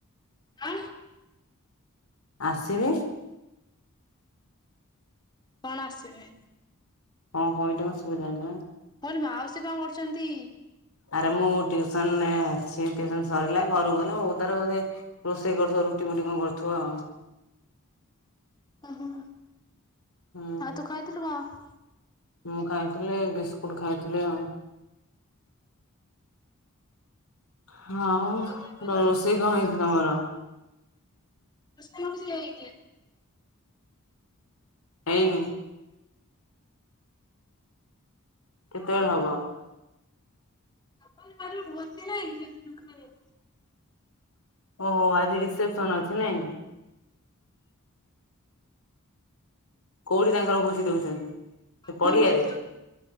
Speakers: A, on the left; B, on the left.
A: ଆ
B: ଆସିବି
A: କଣ ଆସିବେ
B: କଣ କହିଲ ଶୁଭିଲାନି ବା
A: କହିଲି ମାଉସୀ କଣ କରୁଛନ୍ତି?
B: ଆରେ ମୁଁ ଟ୍ୟୁସନ ଅଛି ଟ୍ୟୁସନ ସରିଲା ଘରକୁ ଗଲା ବଉ ତାର ରୋଷେଇ କରୁଥିବ ରୁଟି ଫୁଟି କଣ କରୁଥିବ ଆଉ
A: ହ ହୁଁ
B: ହୁଁ
A: ଆଉ ତୁ ଖାଇଥିଲୁ କଣ?
B: ମୁଁ ଖାଇଥିଲି ବିସ୍କୁଟ ଖାଇଥିଲି ଆଉ ହଁ
A: ଦେହ ଭଲ
B: ରୋଷେଇ କଣ ହେଇଚି ତମର
A: ରୋଷେଇ କିଛି ହେଇନି
B: ହେଇନି କେତେବେଳେ ହବ
A: ଆପଣଙ୍କ <unintelligible> ନାଇ ଏଇ ଖାଇ
B: ଓହୋ ଆଜି ରିସେପ୍ସନ ଅଛି ନାଇଁ କୋଉଠି ତାଙ୍କର ଭୋଜି ଦଉଛନ୍ତି। ସେ
A: ହନୁମାନ
B: ପଡ଼ିଆରେ
A: ମନ୍ଦିର